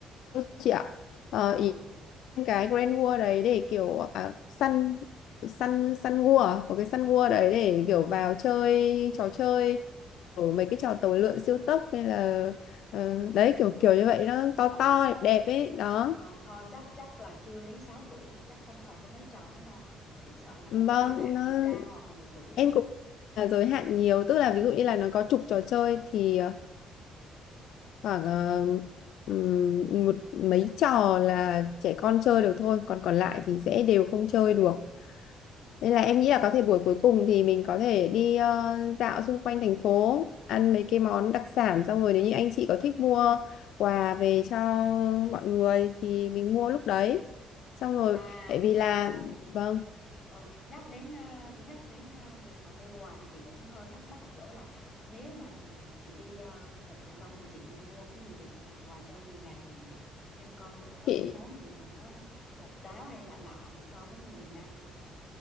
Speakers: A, on the left (about 75°); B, on the left (about 40°).
A: biệt đâu chị ạ. Ờ,
B: ừ
A: ý cái Grand World đấy để kiểu à, Sun Sun Sun World à? có cái Sun World đấy để kiểu vào chơi trò chơi ở mấy cái trò tàu lượn siêu tốc hay là ờ, đấy kiểu kiểu như vậy nó to
B: ờ
A: to
B: chắc
A: đẹp đẹp ấy đó
B: ờ thôi chắc chắc là chưa đến 6 tuổi thì chắc không hợp với mấy trò đó đâu chị sợ là nó
A: vâng
B: sẽ giới hạn
A: nó
B: chiều cao hoặc là độ tuổi đấy
A: em cũng là giới hạn nhiều tức là ví dụ như là nó có chục trò chơi thì ờ, khoảng ờ, ừm, một mấy trò là trẻ con chơi được thôi còn còn lại thì sẽ đều không chơi được Nên là em
B: ừ,
A: nghĩ là
B: ừ.
A: có thể buổi cuối cùng thì mình có thể đi ờ, dạo xung quanh thành phố, ăn mấy cái món đặc sản xong rồi nếu như anh chị có thích mua quà về cho mọi người thì mình mua lúc đấy. Xong rồi
B: à
A: tại vì là
B: ừ,
A: vâng,
B: ừ. nhắc đến ờ, nhắc đến ờ, việc mà mua quà thì chị cũng hơi thắc mắc ở chỗ là nếu mà, mà chị đi ờ, Vịnh Hạ Long thì chị nên mua cái gì về làm quà cho người nhà chị nhỉ em coi thử có
A: chị
B: cái món gì mà nó độc đáo hay lạ lạ so với người miền Nam không